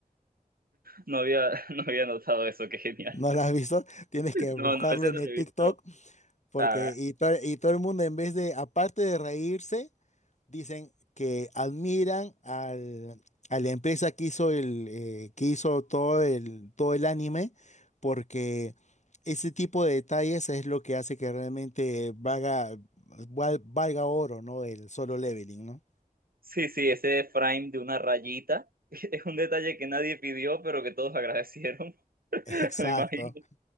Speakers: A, on the right; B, on the left.
A: No había, <laughs> no había notado eso, qué genial.
B: ¿No la has visto? Tienes que buscarlo
A: No, no, ese
B: en
A: no
B: el
A: lo he
B: TikTok
A: visto.
B: porque
A: ah
B: y, to- y todo el mundo en vez de, aparte de reírse, Dicen que admiran al- a la empresa que hizo el, eh, que hizo todo el, todo el anime, porque ese tipo de detalles es lo que hace que realmente valga, val- valga oro, ¿no? El Solo Leveling, ¿no?
A: Sí, sí, ese frame de una rayita <laughs> es un detalle que nadie pidió, pero que todos agradecieron, <laughs>
B: <laughs> Exacto,
A: me imagino.